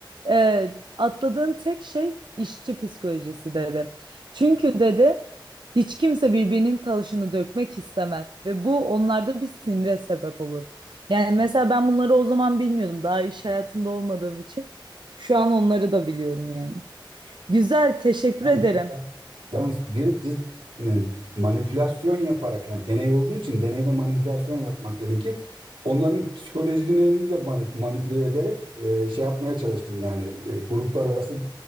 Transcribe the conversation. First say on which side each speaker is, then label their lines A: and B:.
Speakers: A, on the right; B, on the right.
A: Ee, atladığın tek şey işçi psikolojisi dedi. Çünkü dedi hiç kimse birbirinin taşını dökmek istemez ve bu onlarda bir sinire sebep olur. Yani mesela ben bunları o zaman bilmiyordum daha iş hayatında olmadığım için. Şu an onları da biliyorum yani. Güzel, teşekkür
B: Yani
A: ederim.
B: Yalnız bir diz- e, manipülasyon yaparak yani deney olduğu için deneyde manipülasyon yapmak gerekir. Onların psikolojilerini de mani- manipüle ederek e, şey yapmaya çalıştım yani e, gruplar arası